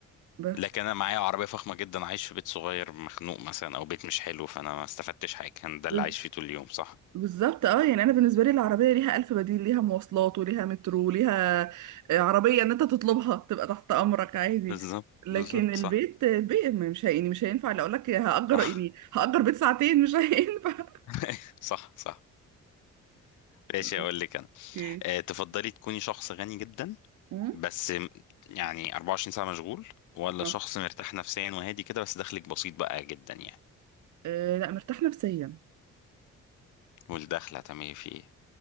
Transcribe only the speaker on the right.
بس
بال-
بالظبط اه يعني انا بالنسبة لي العربية ليها الف بديل ليها مواصلات وليها مترو وليها آه، عربية ان انت تطلبها تبقى تحت امرك عادي
لكن
البيت
البيت مش هي- يعني مش هينفع لو اقول لك هأجر
يعني هأجر بيت ساعتين مش هينفع
<laughs>
اوكي
أمم.
آه.
آه، لا مرتاحة نفسيا